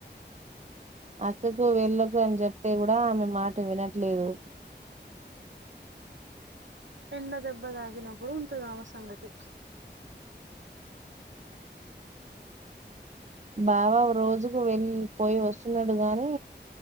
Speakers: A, on the right; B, on the right.
A: అ కు వెళ్ళకు అని చెప్తే కూ మె మీ మాట వినట్లేదు
B: ఎండ దెబ్బ తాకినప్పుడు ఉంటంది ఆమె సంగతి.
A: దా ఒక రోజు వెళ్ పోయి వస్తున్నారు డు గాని